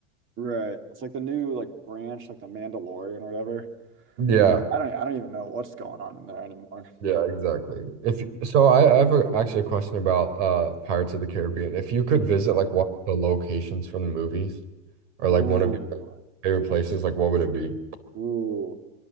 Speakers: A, on the right (about 35°); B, on the right (about 75°).
A: Right. It's like the new like branch, like the Mandalorian or whatever.
B: Yeah.
A: I don't I don't even know what's going on in there anymore.
B: Yeah, exactly. If so, I, I have a, actually a question about uh Pirates of the Caribbean. If you could visit
A: Sure.
B: like one of the locations from the movies, Or like
A: Ooh.
B: one of your favorite places, like what would it be?
A: Ooh.